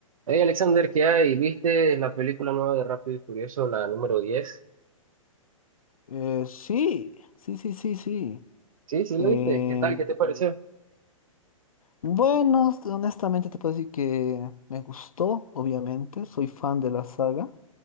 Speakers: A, on the right; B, on the left.
A: Hey Alexander, ¿qué hay? ¿Viste la película nueva de Rápido y Furioso, la número 10?
B: Eh, sí, sí, sí, sí, sí.
A: Sí, sí,
B: Eh,
A: la viste. ¿Qué tal? ¿Qué te Sí. pareció?
B: bueno, hon- honestamente te puedo decir que me gustó, obviamente, soy fan de la saga,